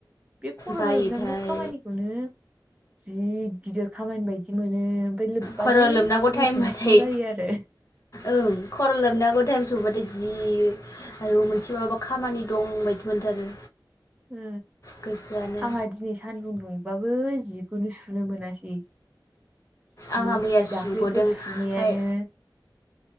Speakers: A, on the right (about 15°); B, on the left (about 40°).
A: बे खर'
B: बायोथाय
A: लोबनांगौ खामानिखौनो जि गिदिर खामानि बायदि मोनो। ओमफाय लोब्बानो
B: खर' लोबनांगौ टाइमबाथाय
A: दसेनो स्र' जायो आरो
B: ओं खर' लोबनांगौ टाइम सबाथाय जिस आयु मोनसे माबाबा खामानि दं बायदि मोनथारो।
A: ओ
B: गोसोआनो
A: आंहा दिनै सान्दुं दुंबाबो जिखौनो सुनो मोनासै। जिस
B: आंहा मैया
A: दाख्लैफोर
B: सुग'दों ओमफ्राय
A: सुनायानो